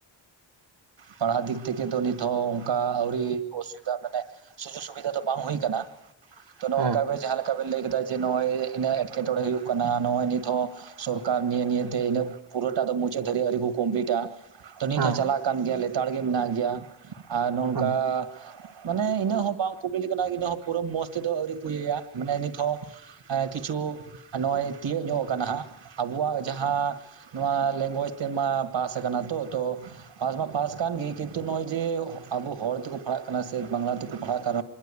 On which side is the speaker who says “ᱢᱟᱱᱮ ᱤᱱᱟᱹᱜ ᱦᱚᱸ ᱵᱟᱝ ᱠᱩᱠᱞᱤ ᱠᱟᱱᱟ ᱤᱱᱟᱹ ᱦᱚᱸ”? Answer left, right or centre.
Right